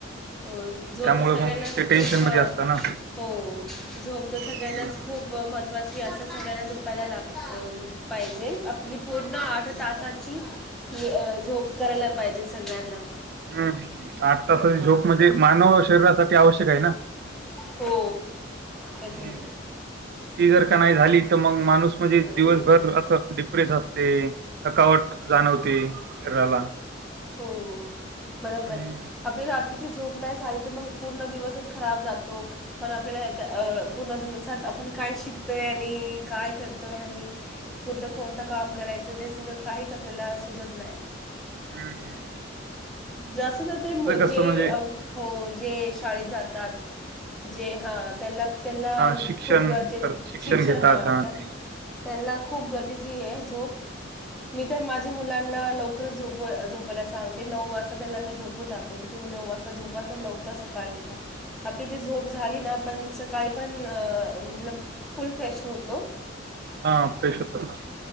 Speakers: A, in the centre; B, on the right.
A: हो. झोप
B: त्यामुळं
A: तर सगळ्यांनाच
B: मग ते टेन्शनमध्ये
A: खूप
B: असतं ना.
A: हो. झोप तर सगळ्यांनाच
B: हं,
A: खू खूप महत्त्वाची असं सगळ्यांना झोपायला लाग पाहिजे आपली पूर्ण आठ तासाची नी झोप करायला पाहिजे. सगळ्यांना
B: हम्म. आठ तासाची झोप म्हणजे मानव शरीरासाठी आवश्यक आहे ना.
A: हो येतंय.
B: हम्म. ती जर का नाही झाली तर मग माणूस म्हणजे दिवसभर
A: घेऊ
B: असं डिप्रेस असते. थकावट जाणवती शरीराला.
A: हो बरोबर
B: हं,
A: आहे. आपल्या जाती ची झोप नाही झाली, तर मग पूर्ण दिवसच खराब जातो पण आपल्याला पूर्ण दिवसात आपण काय शिकतोय आणि काय करतोय आम्ही कुठ कोणत काम करायचं ते सगळं काय काहीच आपल्याला सुचत नाही.
B: हम्म हम्म.
A: जास्त तर ते जे
B: कसं म्हणजे
A: हो जे. शाळेत जातात जे हा त्यांना. त्यांना
B: हां, शिक्षण
A: खूप गरजे
B: कर
A: शिक्षण
B: घेतात
A: हवं
B: हां
A: तर
B: ते.
A: त्यांना. खूप गरजेची आहे झोप मी तर माझ्या मुलांना लवकर झोप झोपयला नऊ वाजता त्याला मी झोपऊन टाकते तूम्ही नऊ वाजता झोपा तर लवकर सकाळी उठा आपली जी झोप झा झाली ना पण सकाळी पण म फुल फ्रेश होतो.
B: हा प्रेश होत